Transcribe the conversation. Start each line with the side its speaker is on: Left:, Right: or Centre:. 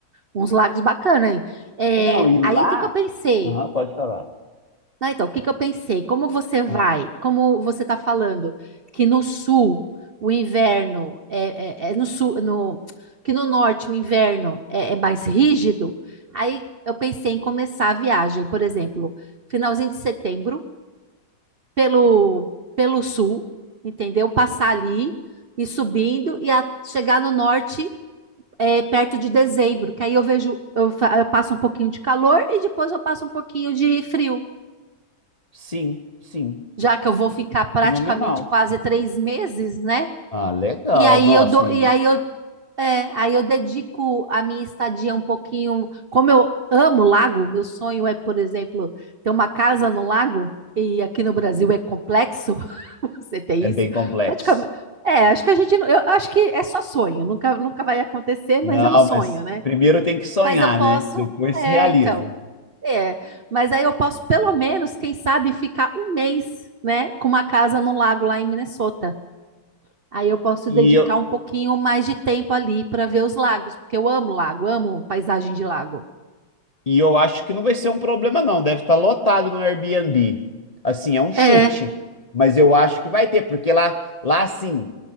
Right: uns lagos bacana aí. Eh,
Left: Não, e lá.
Right: aí o que que eu pensei?
Left: Aham, pode falar.
Right: Né, então, o que que eu pensei? Como você vai?
Left: Aham.
Right: Como você está falando que no sul o inverno é, é- é no sul, no, que no norte o inverno é, é mais rígido? Aí eu pensei em começar a viagem, por exemplo, finalzinho de setembro pelo pelo sul, entendeu? Passar ali e subindo e a- chegar no norte é, perto de dezembro, que aí eu vejo eu, fa- eu passo um pouquinho de calor e depois eu passo um pouquinho de frio.
Left: Sim, sim.
Right: já que eu vou ficar praticamente
Left: Fenomenal.
Right: quase três meses, né?
Left: Ah, legal.
Right: E aí
Left: Nossa,
Right: eu dou,
Left: e
Right: e aí eu, é, aí eu dedico a minha estadia um pouquinho. Como eu amo lago, meu sonho é, por exemplo, ter uma casa no lago, e aqui no Brasil é complexo <laughs> você ter isso.
Left: é bem complexo.
Right: Praticamente. É, acho que a gente. não- Eu acho que é só sonho, nunca, nunca vai acontecer, mas
Left: Não,
Right: é um sonho,
Left: mas
Right: né?
Left: primeiro tem que sonhar,
Right: Mas eu posso.
Left: né? Depois
Right: É,
Left: se realiza.
Right: então. É, mas aí eu posso, pelo menos, quem sabe, ficar um mês, né, com uma casa no lago lá em Minnesota. Aí eu posso
Left: E
Right: dedicar
Left: eu,
Right: um pouquinho mais de tempo ali para ver os lagos, porque eu amo lago, amo paisagem de lago.
Left: E eu acho que não vai ser um problema, não. Deve estar lotado no Airbnb. Assim, é um chute.
Right: É,
Left: Mas eu acho que vai ter, porque lá, lá assim,